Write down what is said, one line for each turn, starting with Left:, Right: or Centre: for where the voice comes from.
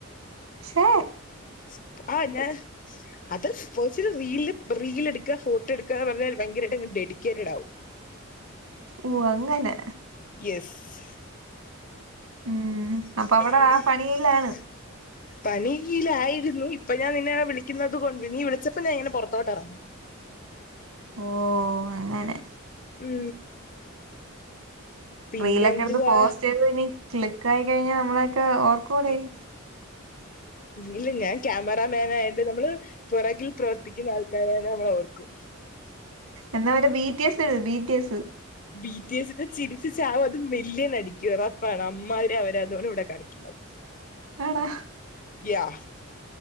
Right: ക്ഷേ
Left: സ് പ് ആഹ് ഞ അത് <unintelligible> റീല്, റീലെട്ക്ക ഫോട്ടട്ക്കാന്ന് പർഞ്ഞാല് ഭയങ്കരമായിട്ടങ്ങ് ഡെഡിക്കേറ്റഡാകും.
Right: ഓഹ് അങ്ങനെ
Left: യെസ്
Right: ഉം
Left: <unintelligible>
Right: അപ്പൊ അവിടെ ആ പണിയിലാണ്
Left: പണിയിലായിരുന്നു ഇപ്പൊ ഞാൻ നിന്നെ വിളിക്കുന്നത് കൊണ്ട് നീ വിളിച്ചപ്പോ ഞാൻ ഇങ്ങനെ പൊറത്തോട്ടെറങ്ങി.
Right: ഓഹ് അങ്ങനെ
Left: ഉം പിന്നെന്തുവാ
Right: റീലൊക്കെട്ത്ത് പോസ്റ്റെയ്ത് നി ക്ലിക്കായി കഴിഞ്ഞാ നമ്മളൊക്കെ ഓർക്കോ
Left: ഈ
Right: ടെയ്
Left: ഇല്ല ഞാൻ ക്യാമറമാനായിട്ട് നമ്മള് പൊറകിൽ പ്രവർ ത്തിക്കുന്ന ആൾക്കാരായ നമ്മളോർക്കും
Right: എന്ന മറ്റേ B T S B T S
Left: B T എസിൻ്റെ ചിരിച്ച് ചാവും അതും മില്ല്യനടിക്കും ഒറൊപ്പാണ് അമ്മാതിരി അവരതാണ് ഇവടെ കാണിക്കുന്നത്.
Right: ആടാ
Left: യാ